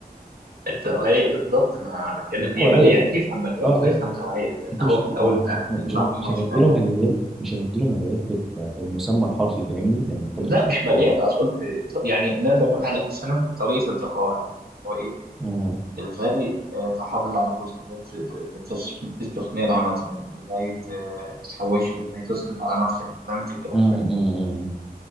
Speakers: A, on the right; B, in the centre.
A: التوعية بالظبط ما أنا بتكلم
B: دي
A: هي
B: توعيه
A: ماليات
B: بقى
A: يفهم ماليات
B: اه آه.
A: ويفهم توعية لأن
B: انتوا
A: هو
B: مش
A: في الأول
B: ما
A: والآخر
B: احنا
A: هيطلع
B: مش هن-
A: فيهم
B: مش
A: هيشتغل
B: هنديله ماليات مش هنديله ماليات بال- بالمسمى الحرفي فاهمني يعني انت
A: لا
B: بتبقى
A: مش ماليات
B: اه
A: أصلا إيه، يعني نقدر نقول على مثلا طريقة ادخار أو هو إيه
B: امم،
A: إزاي آه، تحافظ على فلوسك إزاي تس- ت- تس- تستثمرها مثلا إزاي ت- تحوشها إزاي تصرف على نفسك فاهم أنت فاهم الكلام
B: امم،
A: ده
B: امم.